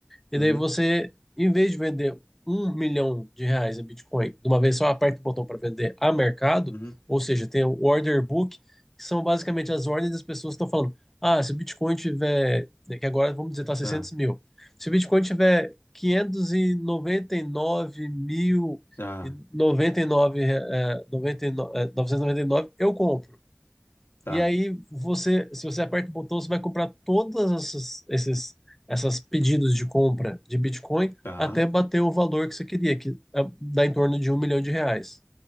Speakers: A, in the centre; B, on the left.
A: E
B: Uhum,
A: daí você, em vez de vender um milhão de reais em Bitcoin de uma vez só, aperta o botão para vender a mercado,
B: uhum,
A: ou seja, tem o order book, que são basicamente as ordens das pessoas que estão falando, ah, se o Bitcoin tiver, né, que agora vamos dizer está seiscentos
B: tá,
A: mil, se o Bitcoin tiver quinhentos e e noventa e nove mil
B: tá,
A: e é, 99, eh, 99 eu compro.
B: tá,
A: E aí você, se você aperta o botão, você vai comprar todas essas, esses, essas pedidos de compra de Bitcoin
B: tá,
A: até bater o valor que você queria, que é, dá em torno de um milhão de reais,